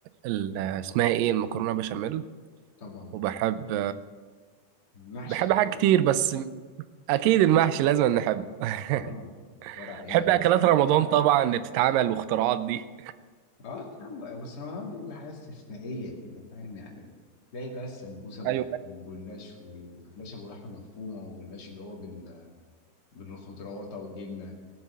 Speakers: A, on the right (about 85°); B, on the left (about 30°).
A: ال- اسمها ايه المكرونه بشاميل
B: طبعا
A: وبحب
B: محشي
A: بحب
B: اكيد
A: حاجات كتير بس اكيد المحشي لازم نحبه <laughs>
B: اه ورق عنب
A: بحب اكلات
B: بقى
A: رمضان طبعا اللي بتتعمل واختراعات دي
B: اه طبعاً، بس رمضان بيبقى حاجات استثنائيه كده فاهم يعني تلاقي بقى السمبوسه والج-
A: ايوه
B: والجلاش والجلاش ابو لحمه مفرومه والجلاش اللي هو بال بالخضروات او الجبنه